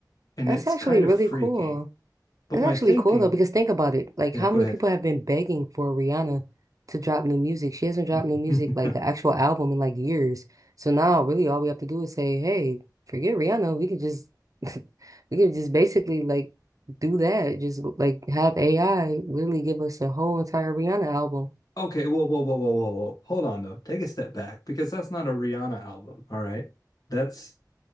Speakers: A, on the left; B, on the right.
A: And
B: That's
A: it's
B: actually
A: kind
B: really
A: of freaky.
B: cool.
A: But
B: That's
A: my
B: actually
A: thinking,
B: cool though, because think about it. Like,
A: yeah,
B: how
A: go
B: many
A: ahead.
B: people have been begging for Rihanna to drop new music? She hasn't dropped new
A: <laughs>
B: music, like an actual album, in like years. So now, really, all we have to do is say, "Hey, forget Rihanna. We can just, <laughs> we can just basically like do that. Just like have AI really give us a whole entire Rihanna album.
A: Okay, whoa, whoa, whoa, whoa, whoa, whoa. Hold on though. Take a step back because that's not a Rihanna album, all right? That's